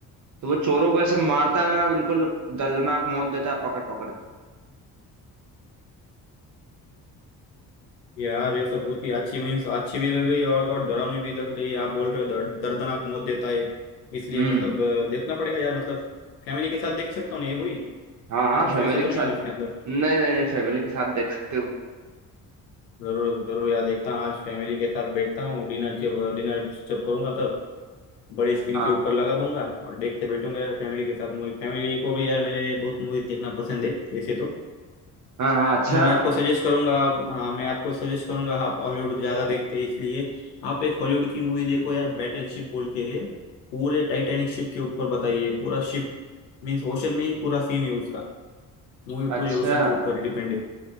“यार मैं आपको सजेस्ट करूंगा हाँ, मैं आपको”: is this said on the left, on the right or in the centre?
Left